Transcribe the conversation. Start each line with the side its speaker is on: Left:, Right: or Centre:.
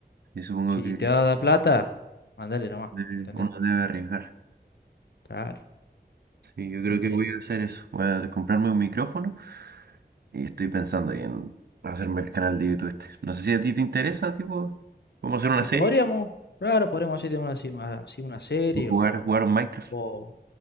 Right: Y supongo
Left: Si
Right: que
Left: te va a dar plata, mandale nomás,
Right: eh,
Left: ¿entendés?
Right: uno debe arriesgar.
Left: Claro,
Right: Sí, yo creo
Left: uno
Right: que
Left: tiene
Right: voy
Left: que...
Right: a hacer eso. Voy a comprarme un micrófono y estoy pensando ahí en hacerme el canal de YouTube este. No sé si a ti te interesa, tipo, cómo hacer una
Left: Y
Right: serie
Left: podríamos, claro, podríamos hacer una, así una así una serie
Right: o jugar,
Left: o,
Right: jugar un Minecraft.
Left: o